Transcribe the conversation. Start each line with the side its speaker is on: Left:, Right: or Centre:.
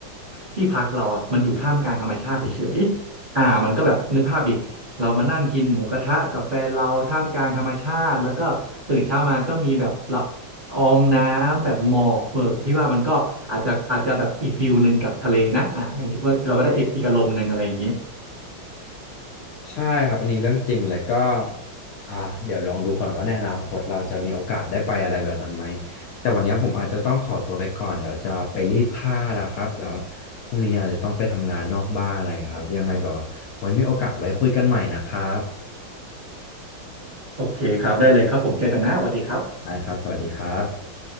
Right: ที่พักเราอ่ะมันอยู่ท่ามกลางธรรมชาติเฉยๆอ่ามันก็แบบนึกภาพดิเรามานั่งกินหมูกระทะกาแฟนเราท่ามกลางธรรมชาติแล้วก็ตื่นเช้ามาก็มีแบบเรา อองน้ำแบบหมอกเปิกพี่ว่ามันก็อาจจะอาจจะแบบอีกฟิลหนึ่งกับทะเลนะอ่าเราก็ได้อีกอีกอารมณ์หนึ่งอะไรอย่างนี้
Left: ใช่ครับอันนี้เรื่องจริงเลยก็อ่ะเดี๋ยวลองดูก่อนว่าในอนาคตเราจะมีโอกาสได้ไปอะไรแบบนั้นไหมแต่วันนี้ผมอาจจะต้องขอตัวไปก่อนเดี๋ยวจะไปรีดผ้าแล้วครับแบบว่าพรุ่งนี้อาจจะต้องไปทำงานนอกบ้านอะไรครับยังไงแบบว่าไว้มีโอกาสไว้คุยกันใหม่นะครับ
Right: โอเคครับได้เลยครับผมเจอกันนะสวัสดีครับ
Left: ได้ครับสวัสดีครับ